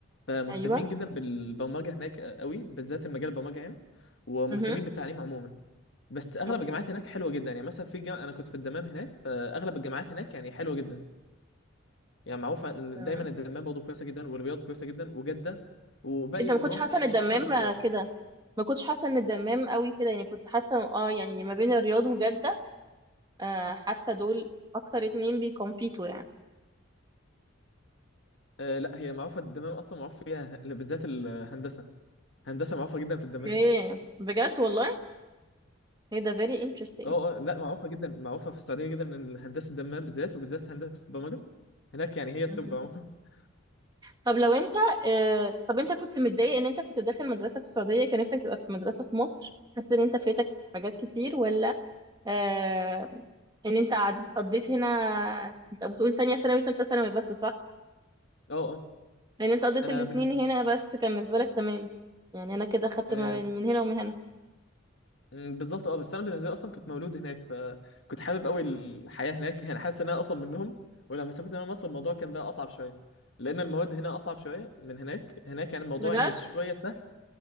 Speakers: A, on the left; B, on the right.
A: فمهتمين
B: أيوة
A: جدا بالبرمجة هناك آه، قوي بالذات المجال البرمجة يعني ومهتمين
B: مهم.
A: بالتعليم عموما بس اغلب
B: أوكي
A: الجامعات هناك حلوه جدا يعني مثلا في جامعة انا كنت في الدمام هناك فاغلب الجامعات هناك يعني حلوه جدا يعني معروفه ان
B: تمام
A: دايما الدمام برضه كويسه جدا والرياض كويسه جدا وجده وباقي
B: أنت ما
A: المناطق
B: كنتش حاسة
A: يعني
B: إن الدمام
A: اقل شويه
B: آه، كده ما كنتش حاسة إن الدمام قوي كده يعني كنت حاسة اه يعني ما بين الرياض وجدة آه، حاسة دول أكتر اتنين بيكمبيتوا يعني
A: آه لا هي معروفه الدمام اصلا معروف فيها بالذات الهندسه هندسه معروفه جدا في
B: أوكي
A: الدمام
B: بجد والله هي ده very interesting
A: اه اه لا معروفه جدا معروفه في السعوديه جدا ان هندسه دمام بالذات وبالذات هندسه برمجه هناك يعني هي التوب
B: مهم.
A: عموما <laughs>
B: طب لو انت آه، طب انت كنت متضايق ان انت كنت داخل مدرسة في السعودية كان نفسك تبقى في مدرسة في مصر حاسس ان انت فاتك حاجات كتير ولا آه ان انت عد- قضيت هنا انت بتقول تانية ثانوي وتالتة ثانوي بس صح
A: اه اه
B: ان انت قضيت
A: انا
B: الاتنين
A: بالنسبه
B: هنا بس كان بالنسبة لك تمام يعني انا كده خدت
A: آه،
B: ما بين- من هنا ومن هنا
A: م، بالظبط اه بس انا بالنسبه لي اصلا كنت مولود هناك فكنت حابب قوي الحياه هناك يعني حاسس ان انا اصلا منهم ولما سافرت انا مصر الموضوع كان بقى اصعب شويه لان المواد هنا اصعب شويه من هناك هناك يعني الموضوع
B: بجد
A: يعني شويه سهل